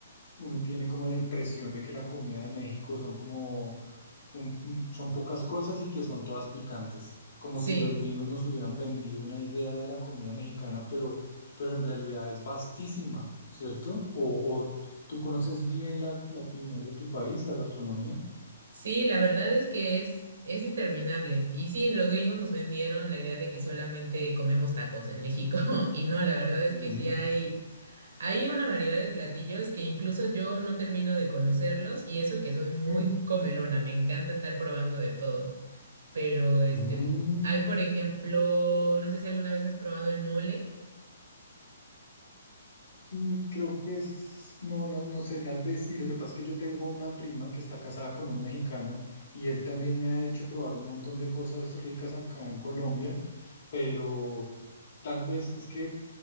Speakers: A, on the left (about 55°); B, on the right (about 70°).
A: uno tiene como la impresión de que la comida de México son como, un- un- son pocas cosas y que son todas picantes, como
B: Sí,
A: si los gringos nos hubieran vendido una idea de la comida mexicana, pero, pero en realidad es vastísima, ¿cierto? O, o tú conoces bien la, la culinaria de tu país, la gastronomía.
B: sí, la verdad es que es, es interminable. Y sí, los gringos nos vendieron la idea de que solamente comemos tacos en México. <laughs> Y no, la verdad es
A: Ujú.
B: que sí hay. Hay una variedad de platillos que incluso yo no termino de conocerlos y eso que soy muy
A: Mm,
B: comelona, me encanta estar probando de todo. Pero este,
A: mm,
B: hay por ejemplo, no sé si alguna vez has probado el mole.
A: mm, creo que es, no, no, no sé, tal vez sí. Lo que pasa es que yo tengo una prima que está casada con un mexicano y él también me ha hecho probar un montón de cosas ricas acá en Colombia, pero tal vez es que